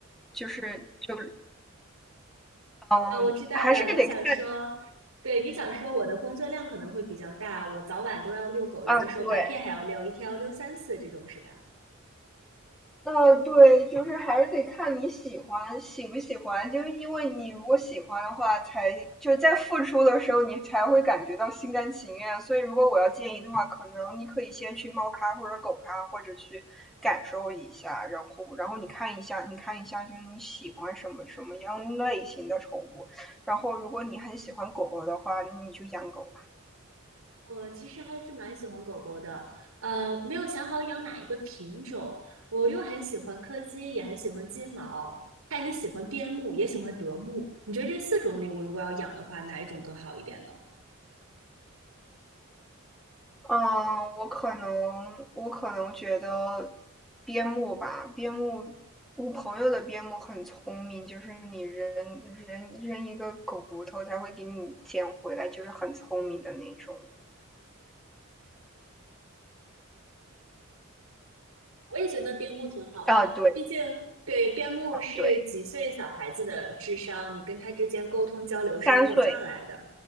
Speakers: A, in the centre; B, on the right.
A: 就是就嗯，
B: 啊，我知道的，
A: 还是得看你
B: 你想说，对，你想说我的工作量可能会比较大，我早晚都要遛狗，
A: 啊，
B: 有的时候白天还要遛，
A: 对。
B: 一天要遛三次这种是吧？
A: 呃，对，就是还是得看你喜欢喜不喜欢，就是因为你如果喜欢的话，才就是在付出的时候，你才会感觉到心甘情愿。所以，如果我要建议的话，可能你可以先去猫咖或者狗咖，或者去感受一下，然后然后你看一下，你看一下，就是你喜欢什么什么样类型的宠物。然后，如果你很喜欢狗狗的话，你就养狗。
B: 我其实还是蛮喜欢狗狗的，呃，没有想好养哪一个品种。我又很喜欢柯基，也很喜欢金毛，还很喜欢边牧，也喜欢德牧。你觉得这四种里，我如果要养的话，哪一种更好一点呢？
A: 嗯，我可能我可能觉得边牧吧，边牧，我朋友的边牧很聪明，就是你扔扔扔一个狗骨头，它会给你捡回来，就是很聪明的那种。
B: 我也觉得边牧挺好的，
A: 啊，对
B: 毕竟对边牧是几岁小孩子的智商，
A: 对，
B: 你跟他之间沟通交流是没有障碍的。
A: 三岁，